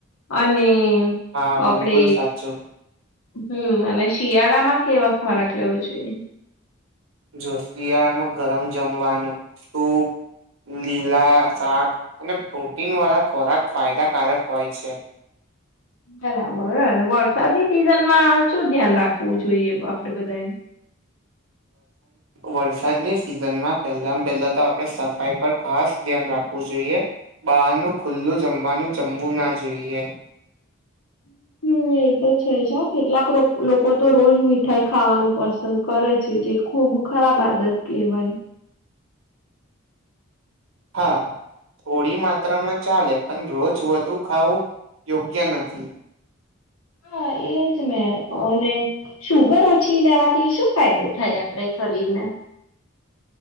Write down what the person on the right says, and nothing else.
હા બિલકુલ
સાચું
જો શિયાળામાં ગરમ જમવાનું સૂપ લીલા શાક અને પ્રોટીન વાળા ખોરાક ફાયદાકારક હોય છે
વરસાદની સિઝન માં પહેલા પહેલા તો આપડે સફાઈ પર ખાસ ધ્યાન રાખવુ જોઈએ બહારનું ખુલ્લું જમવાનું જમવું ના જોઈએ
હા થોડી માત્રામાં ચાલે પણ રોજ વધુ ખાવું યોગ્ય નથી